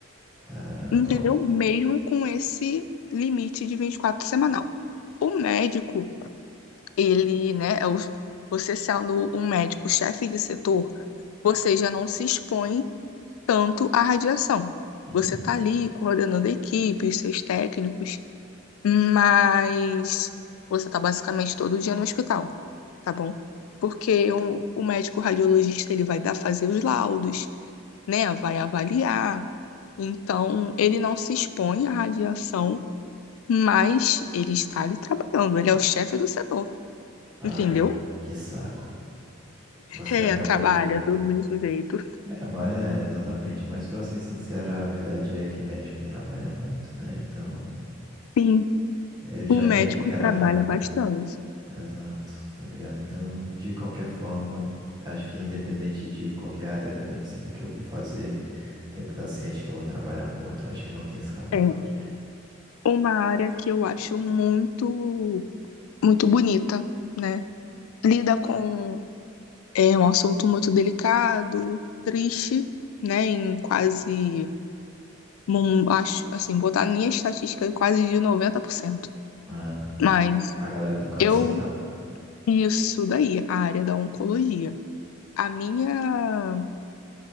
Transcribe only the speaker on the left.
entendeu? Mesmo com esse limite de 24 semanal. O médico, ele, né, é o- você sendo um médico chefe de setor, você já não se expõe tanto à radiação.
Você está ali coordenando equipes, seus técnicos. Mas você tá basicamente todo dia no hospital, tá bom? Porque o, o médico radiologista, ele vai dar fazer os laudos, né? Vai avaliar. Então, ele não se expõe à radiação, mas ele está ali trabalhando. Ele é o chefe do setor,
entendeu?
É,
trabalha
do mesmo jeito.
Sim,
o médico
trabalha bastante.
É uma área que eu acho muito, muito bonita, né? Lida com É um assunto muito delicado, triste, né? Em quase, hum, acho, assim, botar a minha estatística é quase de 90%.
Mas
eu,
isso daí, a área da oncologia. A minha